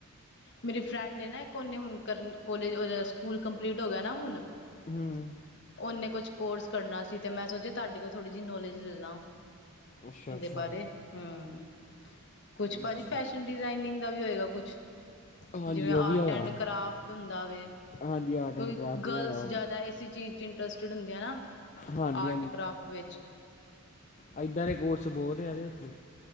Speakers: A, on the left; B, on the left.
A: ਮੇਰੀ ਫਰੈਂਡ ਨਾ ਇੱਕ ਓਨੇ ਹੁਣ ਕਰਨ ਕੋਲੇਜ ਸਕੂਲ ਕੰਪਲੀਟ ਹੋ ਗਿਆ ਨਾ ਹੁਣ।
B: ਹੂੰ,,,
A: ਓਨੇ ਕੁੱਛ ਕੋਰਸ ਕਰਨਾ ਸੀ ਤੇ ਮੈਂ ਸੋਚਿਆ ਤੁਹਾਡੇ ਕੋਲ ਥੋੜੀ ਜੀ ਨੌਲੇਜ ਲੈ ਲਾਂ।
B: ਅੱਛਾ
A: ਉਦੇ
B: ਅੱਛਾ
A: ਬਾਰੇ ਹੂੰ। ਕੋਛ
B: ਅੱਛਾ
A: ਭਾਜੀ ਫੈਸ਼ਨ ਡਿਜ਼ਾਇਨਿੰਗ ਦਾ ਵੀ ਹੋਏਗਾ ਕੋਛ
B: ਹਾਂਜੀ
A: ਜਿਵੇਂ
B: ਉਹ
A: ਆਰਟ
B: ਵੀ ਹੈਗਾ
A: ਐਂਡ ਕਰਾਫਟ ਹੁੰਦਾ ਵੇ
B: ਹਾਂਜੀ ਆਰਟ
A: ਕਉਕਿ
B: ਐਂਡ ਕਰਾਫਟ
A: ਗਰਲਸ
B: ਵੀ ਹੈਗਾ
A: ਜਾਦਾ ਏਸੀ ਚੀਜ਼ ਇੰਟਰਸਟਡ ਹੁੰਦੀਆਂ ਨਾ
B: ਹਾਂਜੀ
A: ਆਰਟ ਕਰਾਫਟ ਵਿੱਚ।
B: ਐਦਾਂ ਦੇ ਕੋਰਸ ਬੋਤ ਐਦੇ ਓਥੇ।